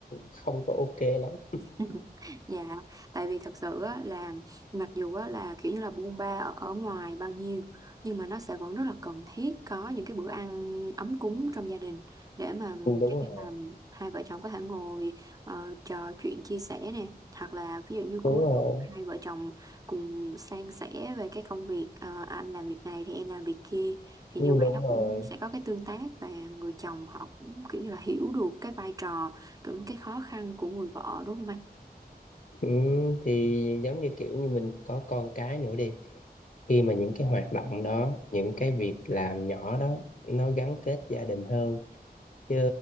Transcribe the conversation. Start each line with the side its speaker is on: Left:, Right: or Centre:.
Left: không có ok lắm
Right: <laughs> Dạ, tại vì thật sự á, là mặc dù á, là kiểu như là buôn ba ở, ở ngoài bao nhiêu nhưng mà nó sẽ vẫn rất là cần thiết có những cái bữa ăn ấm cúng trong gia đình để mà
Left: Ừ, đúng
Right: kiểu
Left: rồi
Right: như là hai vợ chồng có thể ngồi ờ, trò chuyện chia sẻ nè hoặc là ví dụ như
Left: đúng
Right: cuối
Left: rồi
Right: tuần hai vợ chồng cùng san sẻ về cái công việc ờ, anh làm việc này thì em làm việc kia thì
Left: Ừ,
Right: như vậy
Left: đúng
Right: nó
Left: rồi
Right: cũng sẽ có cái tương tác và người chồng họ cũng kiểu như là hiểu được cái vai trò cũng cái khó khăn của người vợ đúng không anh?
Left: ừ, thì giống như kiểu như mình có con cái nữa đi khi mà những cái hoạt động đó những cái việc làm nhỏ đó nó gắn kết gia đình hơn chứ